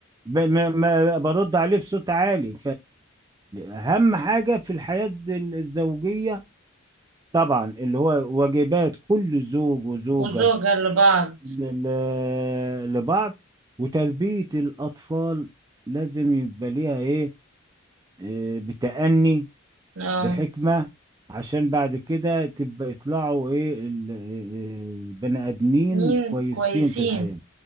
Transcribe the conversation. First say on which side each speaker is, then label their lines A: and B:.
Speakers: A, on the right; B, on the right.
A: ب... ما... ما برد عليه بصوت عالي فاهم حاجه في الحياه ال- الزوجيه طبعا اللي هو واجبات كل زوج وزوجه
B: وزوجة لبعض
A: ل... ل- لبعض وتربيه الاطفال لازم يبقى ليها ايه إيه، بتأني
B: اه
A: بحكمه عشان بعد كده تبقى يطلعوا ايه ال- إيه، بني ادمين
B: مين
A: كويسين
B: كويسين
A: في الحياه